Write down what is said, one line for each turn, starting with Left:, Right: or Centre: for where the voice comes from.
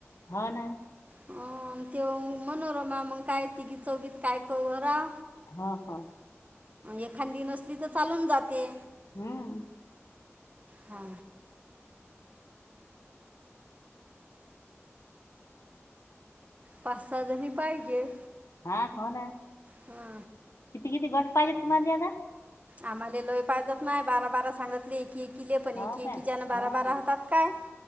Left: हाव ना.
Right: अ ते मनोरमा मग काय तिघी चौगीत काय करूरा.
Left: हा हा.
Right: एखादी नसली तर चालून जाते.
Left: हम्.
Right: हा. पाच, सहा जणी पाहिजे.
Left: हा हो ना,
Right: हा
Left: किती किती गट पाहिजेत तुम्हाला द्यायला.
Right: आम्हाला लोय पाहजत नाही बारा, बारा सांगितली की किले पण
Left: हो
Right: की
Left: का
Right: कि जन बारा
Left: हा
Right: बारा होतात काय?